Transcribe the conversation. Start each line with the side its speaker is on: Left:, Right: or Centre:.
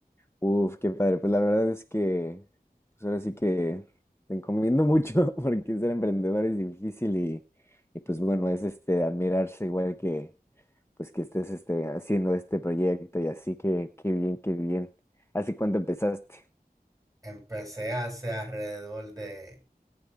Left: Uf, qué padre. Pues la verdad es que pues ahora sí que te encomiendo mucho <laughs> porque ser emprendedor es difícil y, y pues bueno, es este admirarse igual que pues que estés este, haciendo este proyecto y así que qué bien, qué bien. ¿Hace cuánto empezaste?
Right: Empecé hace alrededor de